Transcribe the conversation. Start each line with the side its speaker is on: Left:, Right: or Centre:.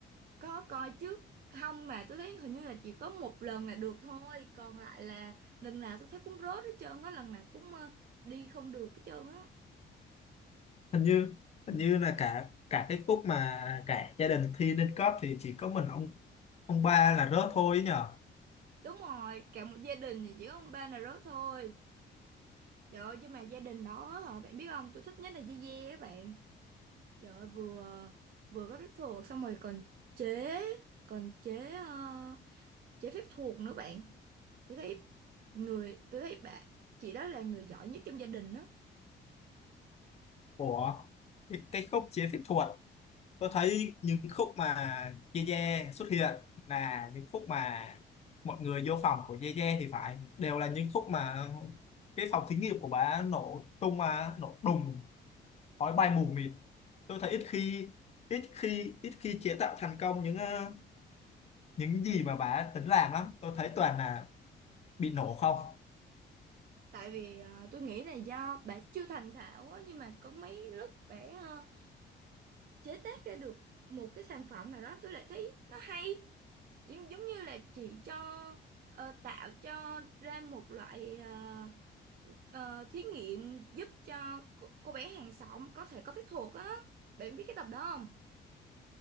Right: Có coi chứ không mà tôi thấy hình như là chỉ có một lần là được thôi còn lại là lần nào tôi thấy cũng rớt hết trơn á lần nào cũng ờ, đi không được hết trơn á
Left: hình như hình như là cả cả cái khúc mà cả gia đình thi lên cấp thì chỉ có mình ông ông ba là rớt thôi ấy nhở
Right: đúng rồi cả một gia đình thì chỉ có ông ba là rớt thôi trời ơi nhưng mà gia đình đó hả bạn biết không tôi thích nhất là dê dê các bạn trời ơi vừa vừa có phép thuật xong rồi còn chế còn chế ờ, chế phép thuật nữa bạn tôi thấy người tôi thấy bạn chị đó là người giỏi nhất trong gia đình đó
Left: Ủa, cái cái khúc chế phép thuật tôi thấy những khúc mà Ye Ye xuất hiện là những khúc mà mọi người vô phòng của Ye Ye thì phải đều là những khúc mà cái phòng thí nghiệm của bà nổ tung mà nổ đùng khói bay mù mịt tôi thấy ít khi ít khi ít khi chế tạo thành công những ờ, những gì mà bà tính làm lắm tôi thấy toàn là bị nổ không
Right: Tại vì ờ, tôi nghĩ là do bà chưa thành thạo á, nhưng mà có mấy lúc bà ờ, chế tác ra được một cái sản phẩm nào đó tôi lại thấy nó hay. Giống, giống như là chị cho ờ, tạo cho ra một loại ờ, ờ, thí nghiệm giúp cho cô, cô bé hàng xóm có thể có phép thuật á. Bạn biết cái tập đó không?